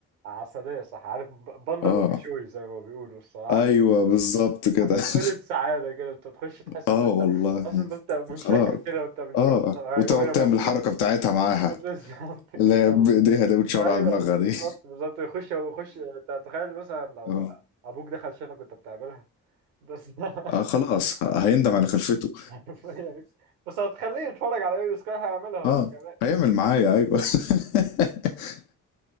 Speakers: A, on the right (about 80°); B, on the left (about 65°).
A: عسلية صح عارف بندل
B: اه
A: اوف شوي زي ما بيقولوا الصراحة
B: ايوه بالظبط كده
A: قنبلة
B: <laughs>
A: سعادة كده انت تخش تحس
B: اه
A: ان انت
B: والله
A: اصلا ان انت منشكح
B: خلاص
A: كده وانت بتشوفها
B: اه وتقعد
A: وهي مبسوطة
B: تعمل الحركة بتاعتها معاها
A: <laughs> بالظبط كده
B: اللي هي بإيديها
A: والله
B: دي وتشاور
A: ايوه
B: على دماغها دي
A: بالظبط بالظبط يخش يخش انت تخيل مثلا لو
B: اه
A: ابوك دخل شافك وانت بتعملها بس
B: آه،
A: <laughs>
B: خلاص ه- هيندم على خلفته
A: حرفيا بس هتخليه يتفرج على ايه سكاي هيعملها هو
B: اه
A: كمان
B: هيعمل معايا ايوه <laughs>